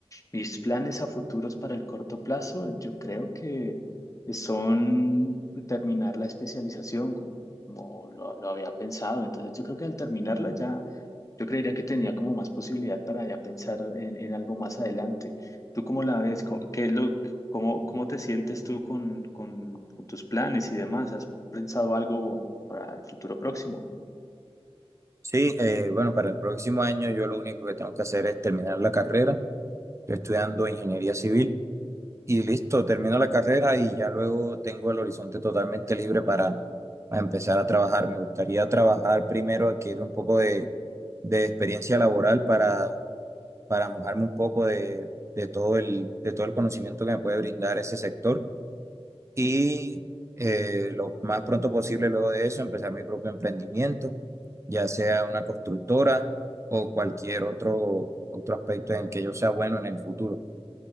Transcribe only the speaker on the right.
Sí, eh, bueno, para el próximo año yo lo único que tengo que hacer es terminar la carrera. Estoy estudiando ingeniería civil y listo, termino la carrera y ya luego tengo el horizonte totalmente libre para a empezar a trabajar. Me gustaría trabajar primero, adquirir un poco de, de experiencia laboral para, para mojarme un poco de, de todo el, de todo el conocimiento que me puede brindar ese sector y eh, lo más pronto posible luego de eso empezar mi propio emprendimiento, ya sea una constructora o cualquier otro, otro aspecto en el que yo sea bueno en el futuro.